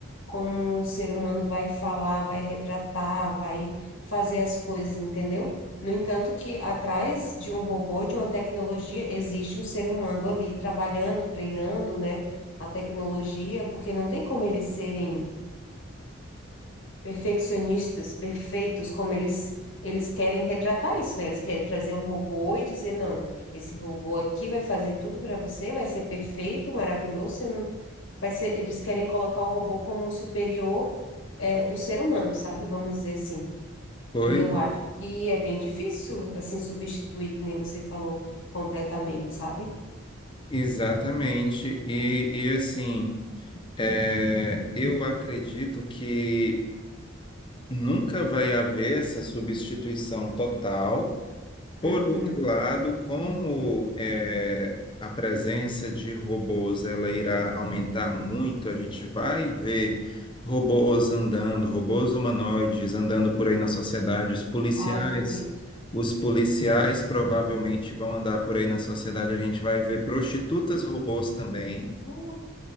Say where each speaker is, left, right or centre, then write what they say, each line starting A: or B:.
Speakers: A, on the left (about 70°); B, on the left (about 25°).
A: como o ser humano vai falar, vai retratar, vai fazer as coisas, entendeu? No entanto, que atrás de um robô, de uma tecnologia, existe um ser humano ali trabalhando, treinando, né, a tecnologia, porque não tem como eles serem perfeccionistas, perfeitos, como eles eles querem retratar isso, né? Eles querem trazer um robô e dizer, não, esse robô aqui vai fazer tudo para você, vai ser perfeito, maravilhoso, você não vai ser, eles querem colocar o robô como um superior, é, do ser humano, sabe? Vamos dizer assim.
B: Pois,
A: E eu acho que é bem difícil, assim, substituir, que nem você falou, completamente, sabe?
B: Exatamente. E, e assim, é, eu acredito que nunca vai haver essa substituição total. Por
A: Uhum.
B: outro lado, como eh, a presença de robôs ela irá aumentar muito, a gente vai ver robôs andando, robôs humanoides andando por aí na sociedade, os policiais,
A: Ai, que medo.
B: os policiais provavelmente vão andar por aí na sociedade, a gente vai ver prostitutas robôs também.
A: Uh,